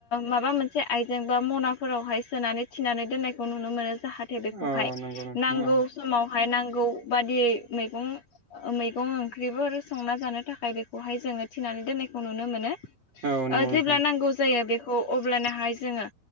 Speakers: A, on the left; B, on the right.
A: माबा मोनसे आइजें बा मना फोरावहाय सोनानै थिनानै दोननायखौ नुनो मोनो जाहाथे बेखौहाय
B: औ नंगौ नोंथां
A: नांगौ
B: औ
A: समाव हाय नांगौ बादियै मैगं मैगं ओंख्रिफोर संना जानो थाखाय बेखौहाय जों जोङो थिनानै दोननायखौ नुनो मोनो। ओ
B: औ नंगौ नोंथां
A: जेब्ला नांगौ जायो बेखौ अब्लानो हाय जोङो